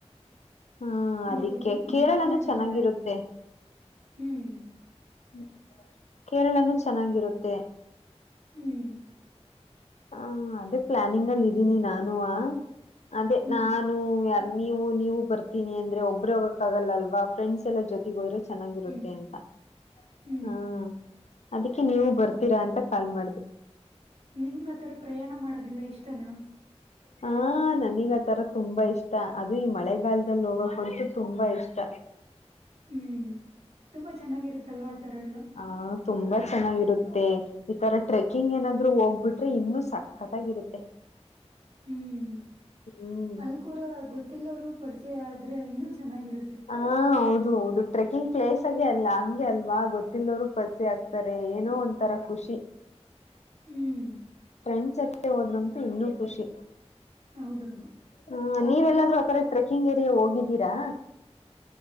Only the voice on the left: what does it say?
ಹ್ಮ್
ಅದಿಕ್ಕೆ ಕೇರಳನೂ
ಚೆನ್ನಾಗಿರುತ್ತೆ
್ಮ ಕೇರಳನು ಚೆನ್ನಾಗಿರುತ್ತೆ
ಹ ಅದೇ ಪ್ಲಾನಿಂಗ್ ಅಲ್ಲಿ ಇದ್ದೀನಿ ನಾನು ಅದೇ
ನಾನು ಯಾರ ನೀವು ನೀವು ಬರ್ತೀನಿ ಅಂದ್ರೆ ಒಬ್ಬರು ಹೋಗಕ್ಕ ಆಗಲ್ಲ ಅಲ್ವಾ ಫ್ರೆಂಡ್ಸ್ ಎಲ್ಲಾ ಜೊ ಗೋದ್ರೆ ಚೆನ್ನಾಗಿರುತ್ತೆ
ಅಂತ <unintelligible>
ಹ್ಮ ಅದಕ್ಕೆ ನೀವು ಬರ್ತೀರಾ ಅಂತ ಕಾಲ್ ಮಾಡ್ದಿ
ಹಾ ನನಗ್ ಆ ತರ ತುಂಬಾ ಇಷ್ಟ ಅದು ಈ ಮಳೆಗಾಲದಲ್ಲಿ ಹೋಗಕ ಅಂತು ತುಂಬಾ ಇಷ್ಟ
ಹಹ ತುಂಬಾ ಚೆನ್ನಾಗಿರುತ್ತೆ ಈತರ ಟ್ರೆಕ್ಕಿಂಗ್ ಏನಾದ್ರು ಹೋಗ್ಬಿಟ್ರೆ ಇನ್ನುೂ ಸಕ್ಕತ್ತಾಗಿರುತ್ತೆ
ಹ್ಮ್
ಹಾ ಹೌದು ಹೌದು ಟ್ರೆಕಿಂಗ್ ಪ್ಲೇಸ್ ಆಗೆ ಅಲ್ಲ ಹಂಗೆ ಅಲ್ವಾ ಗೊತ್ತಿಲ್ಲಲ್ೋರು ಪಲ್ಚಿ ಆಗ್ತಾರೆ ಏನೋ ಒಂಂತರ ಖುಷಿ
ಫ್ರೆಂಡ್ಸ್ ಜೊತೆ ಹೋದ್ರಂತೂ ಇನ್ನೂ ಖುಷಿ
ಹ ನೀವೆಲ್ಲಾದ್ರೂ ಆಥರ ಟ್ರೆಕಿಂಗ್ ಏರಿಯ ಹೋಗಿದ್ದೀರಾ